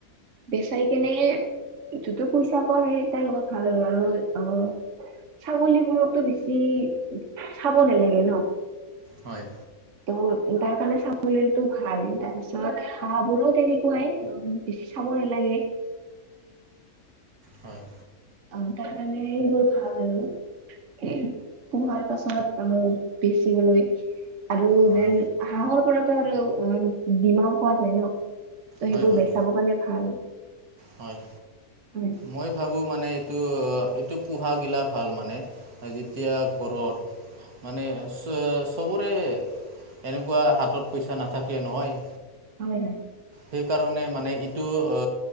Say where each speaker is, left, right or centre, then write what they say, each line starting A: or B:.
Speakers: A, on the right (about 55°); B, on the right (about 80°).
A: বেচাই কেনে যতে পইচা পাওঁ সেই তাইৰ লগত ভাল আৰু অ ছাগলীবোৰকটো বেছি, চাব নেলাগে ন?
B: হয়
A: <unintelligible> তাৰ কাৰণে ছাগলীতো <unintelligible> তাৰ পিছত হাঁহ বোৰো তেনেকুৱাই <unintelligible> বেছি চাব নেলাগে
B: হয়
A: অ তাৰ কাৰনে এইবোৰ ভাল আৰু <unintelligible> পাছত আহো <unintelligible> আৰু
B: হয়
A: যেন হাঁহৰ পৰাতো আৰু <unintelligible> দিমাও খোৱা যায় ন ত সেইবোৰ
B: হয় হয়
A: বেচাব কাৰনে ভাল
B: হয়
A: হয়
B: মই ভাবোঁ মানে এইটো এইটো পোহাগিলা ভাল মানে আ যেতিয়া ঘৰত মানে চ চবৰে এনেকুৱা হাতত পইচা নাথাকে নহয়
A: হয় হয়
B: সেইকাৰণে মানে ইটো অ